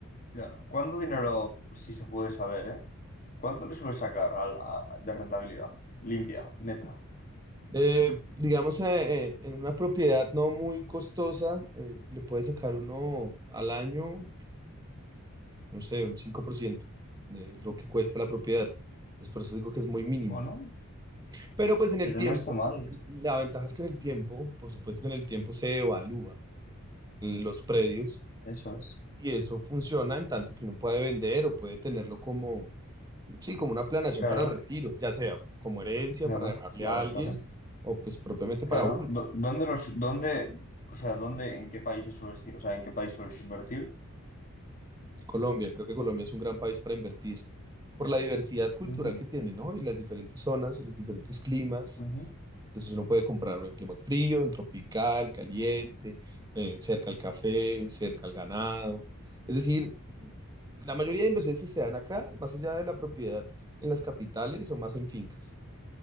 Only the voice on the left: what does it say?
Claro. ¿Cuánto dinero, si se puede saber, eh? ¿Cuánto le suele sacar a la- de rentabilidad? Limpia, neta.
Bueno,
pero
no está mal,
eso es.
Claro,
claro,
claro,
claro.
Claro.
Do- ¿Dónde los, dónde, o sea, dónde, en qué países sueles, ir? o sea, en qué país sueles invertir?
Ujú,
ujú.